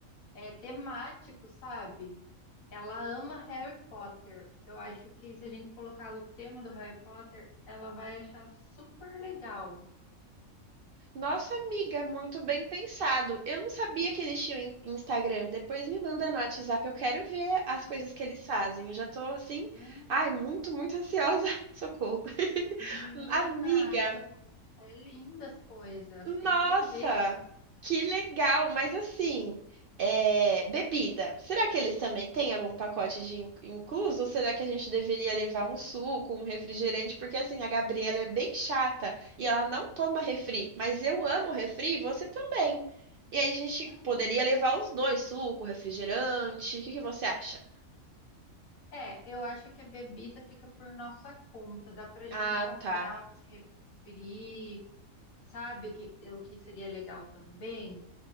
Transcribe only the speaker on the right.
Nossa amiga, muito bem pensado. Eu não sabia que eles tinham in- Instagram. Depois me manda no WhatsApp, eu quero ver as coisas que eles fazem. Eu já tô assim,
ai, muito, muito ansiosa. <laughs> Socorro. <laughs>
Amiga.
Nossa,
que legal! Mas assim, é, bebida. Será que eles também têm algum pacote de in- incluso? Ou será que a gente deveria levar um suco, um refrigerante? Porque assim, a Gabriela é bem chata e ela não toma refri. Mas eu amo refri e você também. E aí a gente
poderia levar os dois, suco, refrigerante. O que que você acha?
Ah,
tá.